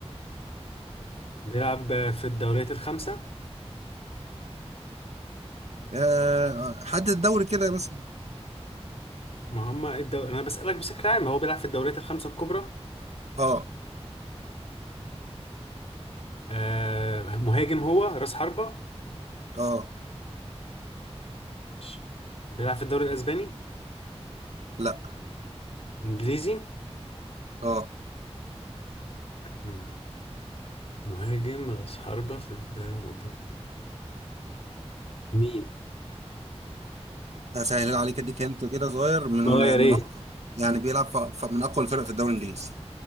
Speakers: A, on the left; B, on the right.
A: بيلعب آه، في الدوريات الخمسة
B: آه، حدد الدوري كده مثلا
A: ما هم الدو... انا بسألك بشكل عام هو بيلعب في الدوريات الخمسة الكبرى
B: اه
A: آه مهاجم هو راس حربة
B: اه
A: ماشي. بيلعب في الدوري الاسباني
B: لا
A: انجليزي
B: اه
A: مم. مهاجم راس حربة في الدوري مين
B: هسهل عليك اديك هنت كده صغير من
A: اه يا ريت
B: من اقوى يعني بيلعب في في- من اقوى الفرق في الدوري الانجليزي